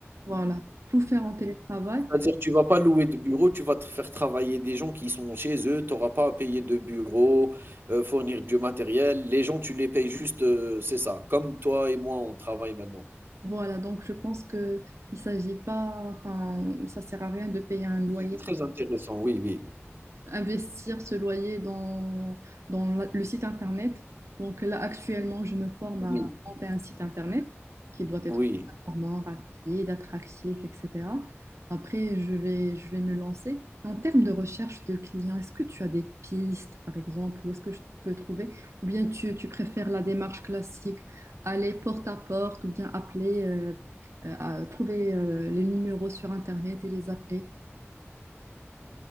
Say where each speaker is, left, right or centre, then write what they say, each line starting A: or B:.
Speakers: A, on the right; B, on the right.
A: voilà, tout faire en télétravail
B: C'est-à-dire, que tu vas pas louer de bureau, tu vas te faire travailler des gens qui sont chez eux, tu auras pas à payer de bureau, heu, fournir du matériel. Les gens, tu les payes juste, heu, c'est ça, comme toi et moi, on travaille maintenant.
A: Voilà, donc je pense que il s'agit pas, enfin, ça sert à rien de payer un loyer
B: C'est très intéressant, oui, oui.
A: investir ce loyer dans, dans la- le site internet. Donc là, actuellement, je me forme
B: Oui,
A: à monter un site internet qui doit être
B: oui.
A: performant, rapide, attractif, etc. Après, je vais, je vais me lancer. En termes de recherche de clients, est-ce que tu as des pistes, par exemple, où est-ce que je peux trouver? Ou bien tu, tu préfères la démarche classique, aller porte à porte, ou bien appeler, euh, euh, à- trouver euh, les numéros sur Internet et les appeler?